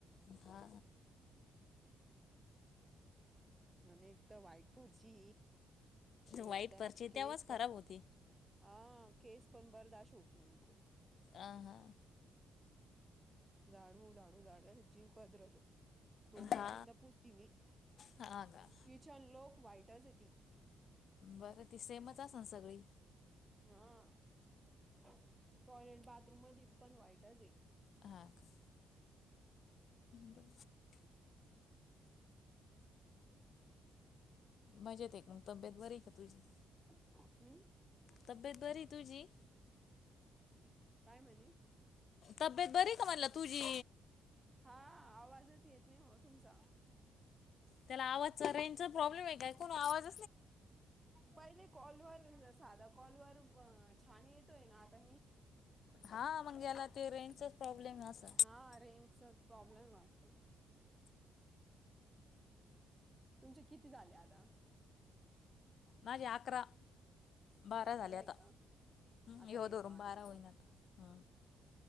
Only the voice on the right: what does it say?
अक तर वाईट पुढची त्याला
केस
प
हा केस पण बरदााश होत नाही तु
दाडू दाडू दाड जीव का अध्रत दोनदा
तीनदा पुूजती मी किचन
लोक वाईटच येते
हा टॉयलेट बाथरूम मध्ये पण वाईटच आहे
<unintelligible>
हम्म
काय म्हणे
हा आवाजच येत नाही हो तुमचा
पहिले कॉलवर साधा कॉलोर छान येतोय ना आता
हा रेंजचा प्रॉब्लेम वातो तुमचे किती झाले आता
अकरा
आहे का आता
बारवा
कॉल